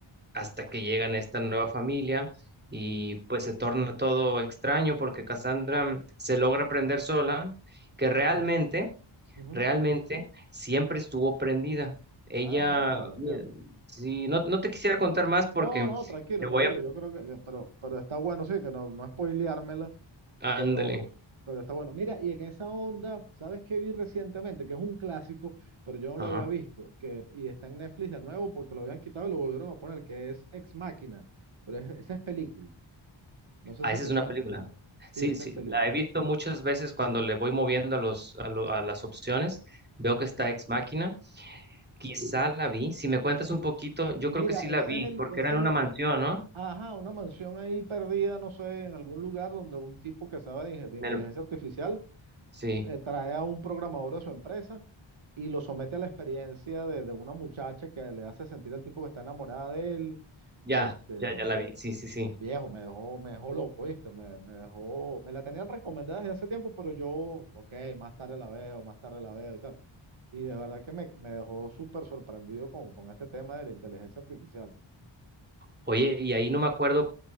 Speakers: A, on the right (about 20°); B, on the right (about 70°).
A: hasta que llegan esta nueva familia y
B: Ent-
A: pues se torna todo extraño porque Cassandra se logra prender sola, que realmente,
B: Ujú.
A: realmente siempre estuvo prendida. Ella,
B: Ah, entiendo,
A: mira,
B: entiendo.
A: si no, no te quisiera contar más porque
B: No, no, tranquilo,
A: te
B: tranquilo.
A: voy a...
B: Yo creo que, que- pero, pero está bueno, sí, que no, no spoileármela,
A: Ándale.
B: pero, pero está bueno. Mira, y en esa onda, ¿sabes qué vi recientemente? Que es un clásico, pero yo no
A: Ajá.
B: lo había visto, que, y está en Netflix de nuevo porque lo habían quitado y lo volvieron a poner, que es Ex Máquina, pero es- esa es película. No sé
A: Ah,
B: si
A: esa
B: te
A: es una
B: suena.
A: película.
B: Sí,
A: Sí,
B: esa
A: sí,
B: es película.
A: la he visto muchas veces cuando le voy moviendo a los, a lo- a las opciones. Veo que está Ex Máquina. Quizá la vi. Si me cuentas un poquito, yo
B: Mira,
A: creo que sí la
B: ese
A: vi,
B: es el,
A: porque
B: ese
A: era en una
B: es,
A: mansión, ¿no?
B: Ajá, una mansión ahí perdida, no sé, en algún lugar donde un tipo que sabe de, inge- de inteligencia
A: En el-
B: artificial
A: Sí,
B: eh, trae a un programador de su empresa y lo somete a la experiencia de, de una muchacha que le hace sentir al tipo que está enamorada de él.
A: ya,
B: Este,
A: ya, ya la vi. Sí, sí, sí.
B: viejo, me dejó, me dejó loco, ¿viste? Me, me dejó, me la tenían recomendada desde hace tiempo, pero yo, ok, más tarde la veo, más tarde la veo y tal. Y de verdad que me, me dejó súper sorprendido con, con este tema de la inteligencia artificial.
A: Oye, y ahí no me acuerdo